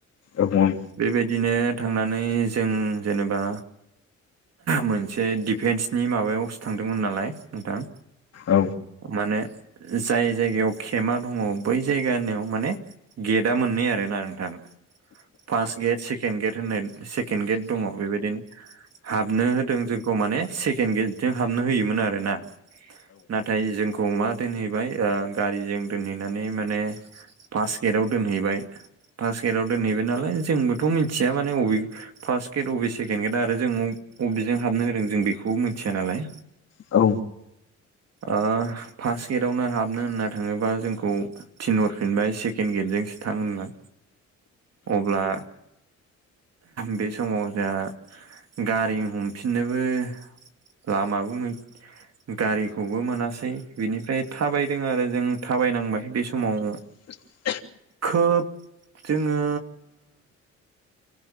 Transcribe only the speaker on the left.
औ बुं
औ
औ
<inaudible>